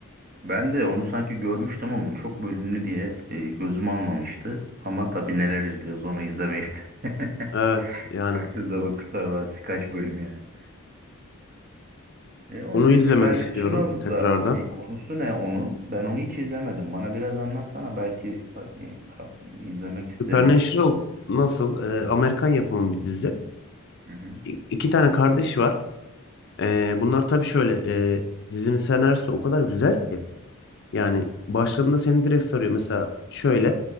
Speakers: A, on the right; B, on the left.
A: Ben de onu sanki görmüştüm ama çok bölümlü diye e, gözüm almamıştı. Ama tabii neler izliyoruz onu izlemeyip de. <laughs>
B: Evet. Yani
A: Baktığınızda bakışlar var. Kaç bölüm yani. E onun
B: onu izlemek
A: Supernatural'daki
B: istiyorum tekrardan.
A: konusu ne onun? Ben onu hiç izlemedim. Bana biraz anlatsana belki hani, kaf- izlemek isterim.
B: Supernatural nasıl? Ee, Amerikan yapımı bir dizi.
A: Hı hı.
B: İ- iki tane kardeş var. Ee, bunlar tabii şöyle. E, dizinin senaryosu o kadar güzel ki. Yani başladığında seni direkt sarıyor. Mesela şöyle.